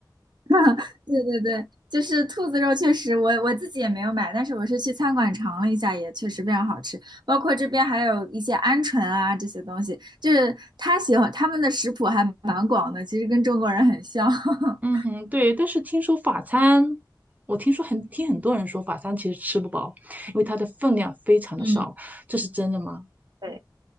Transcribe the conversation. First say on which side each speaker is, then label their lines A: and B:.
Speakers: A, on the right; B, on the right.
A: <laughs> 对对对，就是兔子肉，确实我我自己也没有买，但是我是去餐馆尝了一下，也确实非常好吃。包括这边还有一些鹌鹑啊这些东西，就是他喜欢他们的食谱还蛮广的，其实跟中国人很像。<laughs>
B: 嗯哼，对，但是听说法餐，我听说很，听很多人说法餐其实吃不饱，因为它的分量非常的少，
A: 嗯，
B: 这是真的吗？
A: 对，